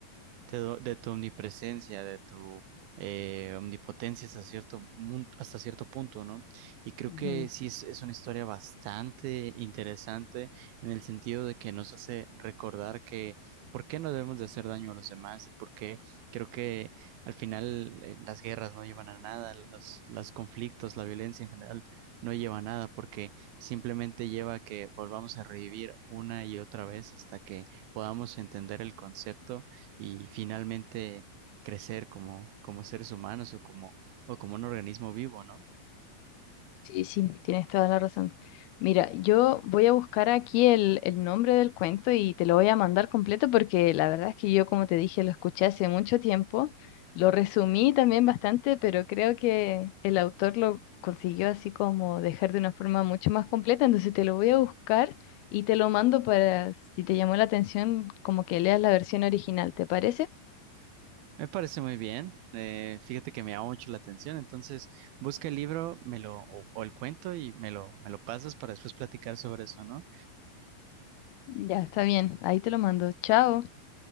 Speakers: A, on the right; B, on the left.
A: te do- de tu omnipresencia, de tu eh, omnipotencia hasta cierto, mun- hasta cierto punto, ¿no? Y creo
B: Ujú.
A: que sí es, es una historia bastante interesante en el sentido de que nos hace recordar que por qué no debemos de hacer daño a los demás y por qué creo que al final eh, las guerras no llevan a nada, los, los conflictos, la violencia en general no lleva a nada porque simplemente lleva a que volvamos a revivir una y otra vez hasta que podamos entender el concepto y finalmente crecer como, como seres humanos o como, o como un organismo vivo, ¿no?
B: Sí, sí, tienes toda la razón. Mira, yo voy a buscar aquí el, el nombre del cuento y te lo voy a mandar completo porque la verdad es que yo, como te dije, lo escuché hace mucho tiempo, lo resumí también bastante, pero creo que el autor lo consiguió así como dejar de una forma mucho más completa, entonces te lo voy a buscar y te lo mando para, si te llamó la atención, como que leas la versión original, ¿te parece?
A: Me parece muy bien. Eh, fíjate que me llama mucho la atención. Entonces, busca el libro, me lo, o, o el cuento y me lo, me lo pasas para después platicar sobre eso, ¿no?
B: Ya, está bien, ahí te lo mando. Chao.